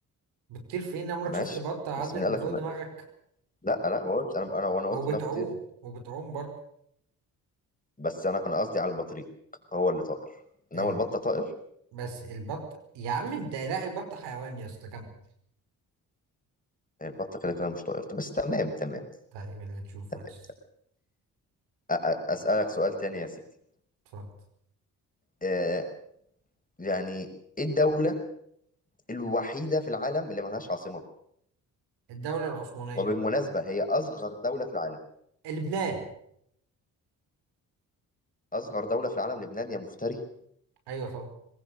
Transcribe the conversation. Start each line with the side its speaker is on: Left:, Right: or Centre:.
Right: بتطير فين عمرك
Left: ماشي
Right: شفت بطة عدت
Left: بس مين قال
Right: من
Left: لك
Right: فوق
Left: ان
Right: دماغك
Left: لا لا ما قلت انا انا وانا قلت
Right: وبتعوم
Left: انها بتطير
Right: وبتعوم برضه
Left: بس انا كان قصدي على البطريق هو اللي طائر انما
Right: ال...
Left: البطة طائر
Right: بس البط يا عم انت لا البط حيوان يا اسطى كمل
Left: هي البطة كده كده مش طائر بس تمام تمام
Right: طيب اللي تشوفه
Left: تمام,
Right: بس
Left: تمام. أ- أ- اسألك سؤال تاني يا سيدي
Right: اتفضل
Left: آه يعني ايه الدولة الوحيدة في العالم اللي ملهاش عاصمة
Right: الدولة العثمانية
Left: وبالمناسبة هي اصغر دولة في العالم
Right: لبنان
Left: اصغر دولة في العالم لبنان يا مفتري
Right: ايوه طبعا